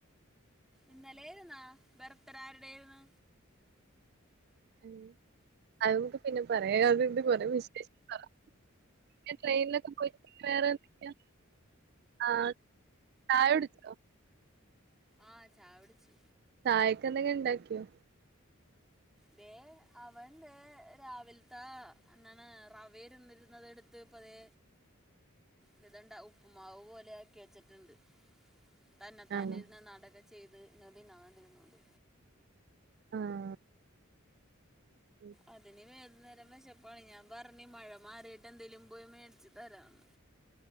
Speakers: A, in the centre; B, on the right.
A: ഇന്നലേര്ന്നാ ബെർത്ത്ടെ ആര്ടേര്ന്ന്
B: ഏഹ് അത് നമുക്ക് പിന്നെ പറയാ ഏഹ് അത് ഇത് പറി വിശേഷം പറ പിന്നെ ട്രെെൻലൊക്കെ പോയി വേറെന്താക്കെയാ ആഹ് ചായ കുടിച്ചോ
A: ആഹ് ചായകുടിച്ച്
B: ചായക്ക് എന്തെങ്കിലും ഇണ്ടാക്കിയോ
A: ദേ അവൻ ദേ രാവിൽത്താ അണ്ണണ് റവ ഇരുന്നിര്ന്നത് ഇട്ത്ത് ഇപ്പതേ ലെതണ്ട ഉപ്പുമാവ് പോലെയാക്കി വെച്ച്ട്ട്ണ്ട് തന്നെത്താനെ
B: ആണോ
A: ഇര്ന്ന് നാടകം ചെയ്ത് ഇന്നത് നാട് ഇരുന്നൂട്
B: ആഹ് ഉം
A: അതിന് വേതുനേരം വെശപ്പാണ് ഞാൻ പർണ് മഴ മാറീട്ട് എന്തേലും പോയി മേടിച്ച്തരാന്ന്